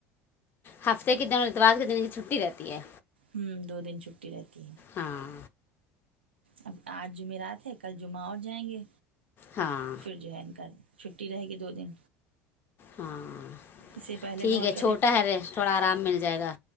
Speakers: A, on the left (about 40°); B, on the right (about 80°).
A: ہفتے کے دن اور اتوار کے دن کی چھٹی رہتی ہے
B: ہمم دو دن چھٹی رہتی ہے
A: ہاں
B: اب آج جمعرات ہے کل جمعہ اور جائیں گے
A: ہاں
B: پھر جو ہے ان کا چھٹی رہے گی دو دن
A: ہاں
B: اس سے پہلے
A: ٹھیک
B: بہت
A: ہے چھوٹا ہے رے تھوڑا آرام مل جائے گا